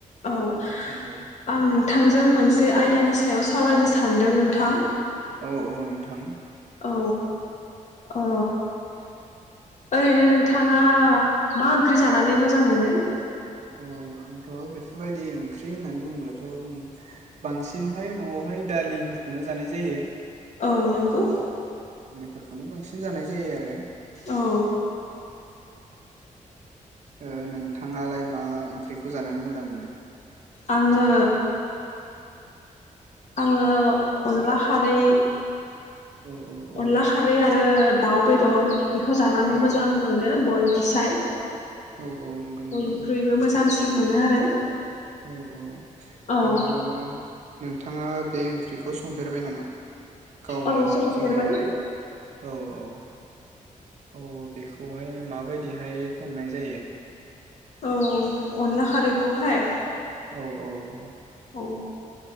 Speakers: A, on the left; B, on the right.
A: औ
B: नंगौ
A: आं नों थांजों मोनसे आयदानि सायाव सावरायनो सानदों नोंथां।
B: औ औ नोंथां।
A: औ ओ ओरैनो नोंथाङा मा ओंख्रि जानानै मोजां मोनो?
B: औ आंथ बेफोरबायदि ओंख्रि होननानै बुङोब्लाथ जों बांसिनहाय नआवहाय दालिफोरखौनो जानाय जायो।
A: औ नोंगौ।
B: फोरखौनो बांसिन जानाय जायो आरो।
A: औ।
B: <inaudible> ओ नोंथाङालाय मा ओंख्रिखौ जानानै मोजां मोनो?
A: आङो आङो अनला खारै।
B: औ औ औ
A: अनला खारै आरो। दाउ बेदर। बेखौ जानानै
B: औ
A: मोजां मोनो बयनि साय।
B: औ औ नंगौ
A: बयनिख्रुइबो
B: नंगौ
A: मोजांसि मोनो आरो।
B: औ औ
A: औ
B: ओ नोंथाङा बे ओंख्रिखौ संफेरबाय नामा? गावनो
A: औ संफेरबाय
B: हारसिंयैहाय औ औ औ बेखौहाय माबायदिहाय। संनाय जायो?
A: औ अनला खारैखौहाय।
B: औ औ औ।
A: औ